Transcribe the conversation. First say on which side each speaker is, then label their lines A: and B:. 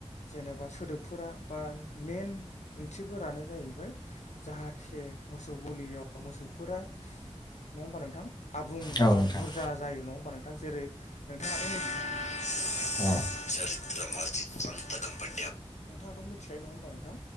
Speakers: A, on the left; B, on the left.
A: जेनेबा सोदोबफोरा बा मेन ओंथिफोरानो जाहैबाय जाहाथे बे मोसौ गलियाव मोसौफोरा नङा होमबा नोंथां? आबुं
B: औ
A: बा
B: नोंथां
A: बुरजा जायो नङा होमबा नोंथां जेरै नोंथाङाथ' मिथि <unintelligible>
B: औ औ
A: नोंथाङाथ' मिथिखायो नङा होमबा नोंथां